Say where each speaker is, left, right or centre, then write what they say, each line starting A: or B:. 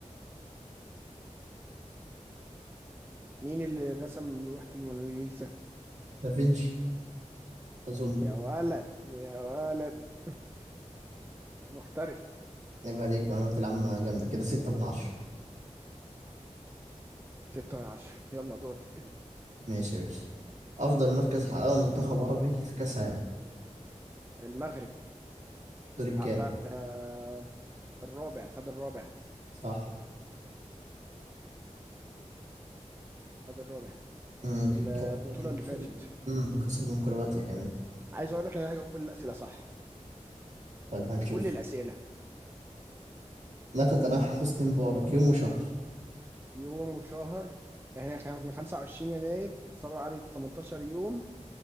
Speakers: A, on the right; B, on the right.
A: مين اللي رسم لوحة الموناليزا
B: دافنشي أظن
A: يا ولد يا ولد محترف
B: يبقى عليك معلومات العامة جامدة كده ستة من عشرة
A: ستة من عشرة يلا دورك
B: ماشي يا باشا أفضل مركز حققه منتخب عربي في كأس عالم
A: المغرب
B: دور الكام
A: حقق آه آه، الرابع خد الرابع
B: صح
A: خد الرابع
B: امم
A: في البطولة
B: كده
A: اللي
B: خسر-
A: فاتت
B: امم وخسر من كرواتيا كمان
A: عايز أقول لك إن أنا هجاوب كل الأسئلة صح
B: طيب هنشوف
A: كل الأسئلة
B: متى تنحى حسني مبارك يوم وشهر
A: يوم وشهر احنا كان من 25 يناير صار علي 18 يوم